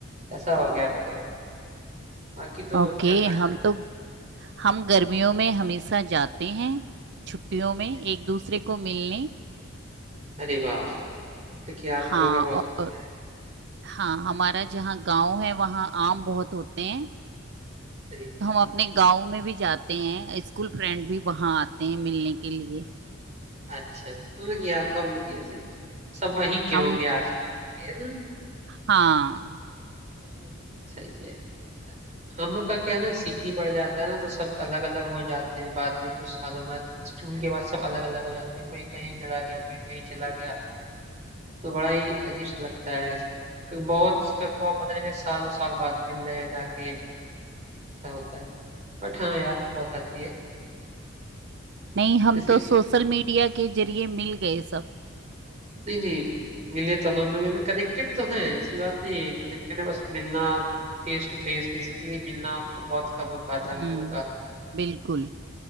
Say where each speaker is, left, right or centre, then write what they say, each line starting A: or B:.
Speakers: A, on the right (about 35°); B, on the right (about 60°).
A: ऐसा हो गया अब तो बाकी तो
B: ओके
A: चल रहा है
B: हम तो हम गर्मियों में हमेशा जाते हैं छुट्टियों में
A: अरे
B: एक
A: वाह
B: दूसरे को मिलने
A: अरे वाह मतलब कि आप
B: हाँ
A: लोगों का बहुत
B: और
A: अच्छा है
B: हाँ हमारा जहाँ गांव है वहाँ आम बहुत होते हैं
A: अरे
B: तो
A: वाह
B: हम अपने गांव में भी जाते हैं स्कूल फ्रेंड भी वहाँ आते हैं मिलने के लिए
A: अच्छा अच्छा तो मतलब कि आपका मतलब कि ऐसे सब वहीं के
B: हम
A: होंगे आसपास के है ना
B: हाँ
A: हम्म, सही है हम लोग का क्या है ना सिटी पड़ जाता है ना तो सब अलग अलग हो जाते हैं बाद में कुछ सालों बाद स्कूल के बाद सब अलग अलग हो जाते हैं कोई कहीं चला गया कोई कहीं चला गया तो बड़ा ही अजीब सा लगता है क- बहुत स- को पता चले सालों साल बाद मिल रहे हैं जाके ऐसा होता है बट हाँ याद तो बहुत आती है
B: नहीं हम
A: जैसे
B: तो
A: कि
B: सोशल मीडिया के जरिए मिल गए सब
A: नहीं नहीं मिले तो हम लोग कनेक्टेड तो हैं ऐसी बात नहीं है कनेक्टेड है, बस मिलना फेस टू फेस फिजिकली मिलना बहुत कम हो पाता है
B: हम्म
A: हम लोगों का
B: बिल्कुल